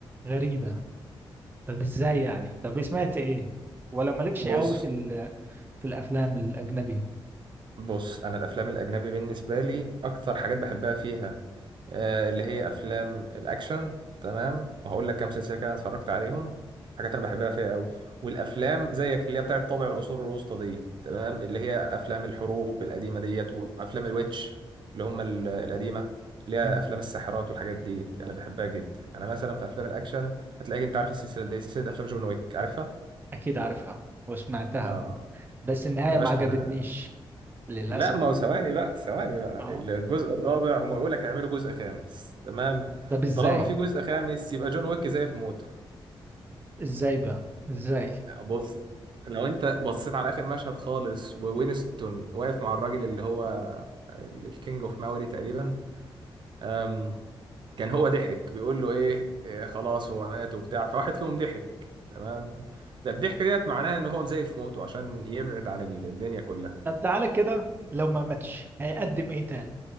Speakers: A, on the right (about 20°); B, on the right (about 60°).
A: غريبه طب ازاي يعني طب سمعت ايه ولا مالكش
B: بص
A: قوي في ال... في الافلام الاجنبي
B: بص انا الافلام الاجنبي بالنسبه لي اكتر حاجات بحبها فيها آه، اللي هي افلام الاكشن تمام وهقول لك كام سلسله كده أنا اتفرجت عليهم حاجات انا بحبها فيها قوي والافلام زيك اللي هي بتاعه طابع العصور الوسطى دي تمام اللي هي افلام الحروب القديمه ديت وافلام الويتش اللي هم ال- القديمه اللي هي
A: مم.
B: افلام الساحرات والحاجات ديت انا بحبها جدا انا مثلا في افلام الاكشن هتلاقيك انت عارف السلسله دي سلسله افلام جون ويك عارفها
A: اكيد عارفها وسمعتها
B: لا
A: بس النهايه
B: يا
A: ما
B: باشا
A: عجبتنيش
B: انا
A: للاسف
B: لا ما هو ثواني بقى ثواني بقى
A: اه
B: الجزء الرابع هما بيقول لك هيعملوا جزء خامس تمام
A: طب ازاي
B: طالما في جزء خامس يبقى جون ويك زي في موته
A: ازاي بقى ازاي
B: بص لو انت بصيت على اخر مشهد خالص ووينستون واقف مع الراجل اللي هو الكينج اوف ماوري تقريبا أم، كان هو ضحك بيقول له ايه إيه، خلاص هو مات وبتاع فواحد فيهم ضحك تمام فالضحك ديت معناها ان هو مزيف موته عشان يبعد عن الدنيا كلها
A: طب تعالى كده لو ما ماتش هيقدم ايه تاني